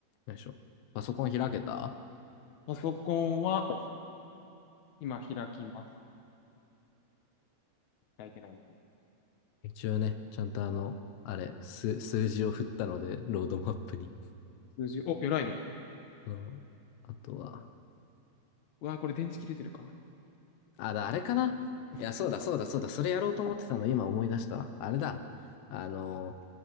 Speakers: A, on the left (about 90°); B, on the left (about 65°).
A: よいしょ。パソコン開けた
B: パソコンは今開きます。開いてない。
A: 一応ね、ちゃんとあの、あれ、数、数字を振ったので、ロードマップに。
B: 数字、お、偉いね。
A: あのあとは、
B: うわー、これ電池切れてるか。
A: あ、だ、あれかないや、そうだ、そうだ、そうだ、それやろうと思ってたの、今思い出したわ。あれだ。あの、